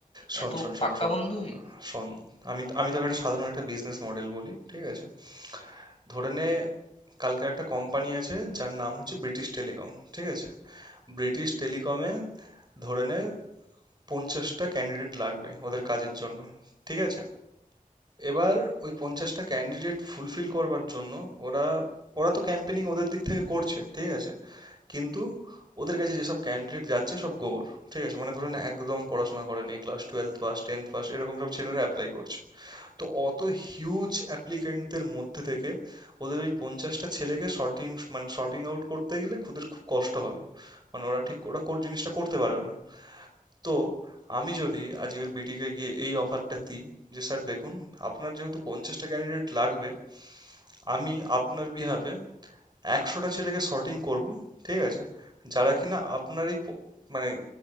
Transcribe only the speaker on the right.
শোন
শোন শোন
শোন
শোন আমি আমি তোকে একটা সাধারণ একটা বিজনেস মডেল বলি ঠিক আছে ধরে নে কালকের একটা কোম্পানি আছে যার নাম হচ্ছে ব্রিটিশ টেলিকম ঠিক আছে ব্রিটিশ টেলিকমে ধরে নে পঞ্চাশটা ক্যান্ডিডেট লাগবে ওদের কাজের জন্য ঠিক আছে এবার ওই পঞ্চাশটা ক্যান্ডিডেট ফুলফিল করবার জন্য ওরা ওরা তো ক্যাম্পেনিং ওদের দিক থেকে করছে ঠিক আছে কিন্তু ওদের কাছে যেসব ক্যান্ডিডেট যাচ্ছে সব গোবর ঠিক আছে মানে ধরে নে একদম পড়াশোনা করেনি class twelve pass tenth pass এরকম সব ছেলেরা অ্যাপ্লাই করছে তো অত হিউজ অ্যাপ্লিকেন্টদের মধ্যে থেকে ওদের ওই পঞ্চাশটা ছেলেকে সর্টিং মানে সর্টিং আউট করতে গেলে ওদের খুব কষ্ট হবে মানে ওরা ঠিক ওরা কোর জিনিসটা করতে পারবে না তো আমি যদি আজকের বিটিকে গিয়ে এই অফারটা দিই যে স্যার দেখুন আপনার যেহেতু পঞ্চাশটা ক্যান্ডিডেট লাগবে আমি আপনার বিহাফে একশোটা ছেলেকে সর্টিং করব ঠিক আছে যারা কিনা আপনার এই প- মানে